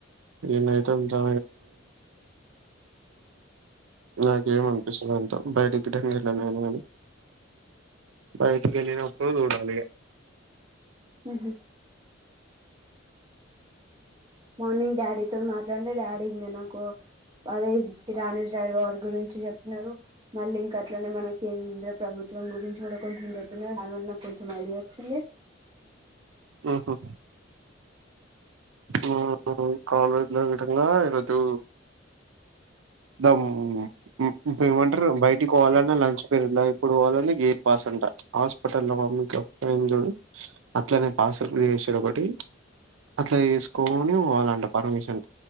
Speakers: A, on the right; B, on the right.
A: ఎన్నైతే అంతా నాకేం అనిపిస్తలేదు బయట గిట్టంగ ఎళ్లలేదు బయటికి ఎళ్ళినప్పుడు చూడాలిగా
B: ఊహు మార్నింగ్ డాడీతో మాట్లాడుతుండే డాడీ ఇంకా నాకు అదే రాణి జైవార్ గురించి చెప్పినారు మళ్ళీ ఇంక అట్లనే మన కేంద్ర ప్రభుత్వం గురించి కూడా కొంచెం చెప్పిన దానివల్ల నాకు కొంచెం ఐడియా వచ్చింది
A: ఉహూ మాకు కాలేజ్ అదే విధంగా ఈరోజు మొత్తం ఏమంటారు బయటికి పోవాలన్నా లంచ్ పీరియడ్ ల ఇప్పుడు వాళ్ళనే గేట్ పాస్ అంట హాస్పిటల్ మమ్మికి పోయిం జూడు అట్లనే పాస్ చేసిర్రు ఒకటి అట్లా చేసుకొని పోవాలంట పర్మిషన్